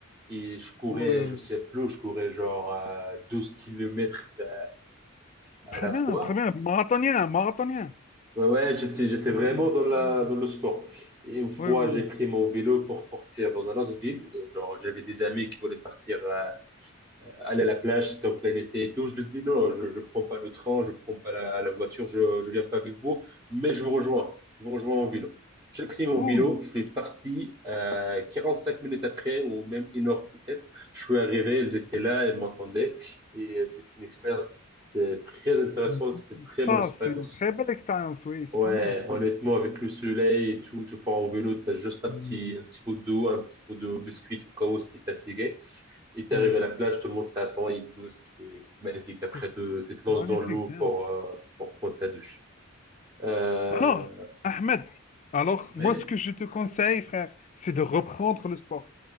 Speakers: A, on the right; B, on the left.
A: Et je courais,
B: Ouais.
A: je sais plus, je courais genre euh, 12 kilomètres euh, à
B: Très
A: la
B: bien,
A: fois.
B: très bien. Marathonien, marathonien.
A: Ouais, ouais, j'étais, j'étais
B: Mhm.
A: vraiment dans la,
B: Pas mal.
A: dans le sport. Et une fois,
B: Oui, oui,
A: j'ai pris mon vélo pour partir dans un autre ville. Euh, Genre, j'avais des amis qui voulaient partir euh, aller à la plage, c'était en plein été et tout. Je lui ai dit non, je ne prends pas le train, je ne prends pas la, la voiture, je ne viens pas avec vous, mais je vous rejoins. Je vous rejoins en vélo. J'ai pris mon
B: oui.
A: vélo, je suis parti. euh, 45 minutes après, ou même une heure peut-être, je suis arrivé, elles étaient là, elles m'entendaient. Et euh, c'est une expérience euh, très intéressante,
B: Oui.
A: c'était une très bonne
B: Ça,
A: expérience.
B: c'est une très belle expérience, oui, c'est
A: Ouais,
B: pas mal.
A: honnêtement, avec le soleil et tout, tu pars en vélo, tu as juste un
B: Oui,
A: petit, un petit pot d'eau, un petit pot de biscuit au cas où si t'es fatigué. Et t'es
B: oui.
A: arrivé à la plage, tout le monde t'attend et tout. C'était c'était magnifique. Après,
B: C'est
A: te- tu te lances
B: magnifique,
A: dans l'eau
B: j'aime.
A: pour, euh, pour prendre ta douche. Euh,
B: Alors, Ahmed, alors,
A: mais,
B: moi, ce que je te conseille, frère, c'est de reprendre le sport.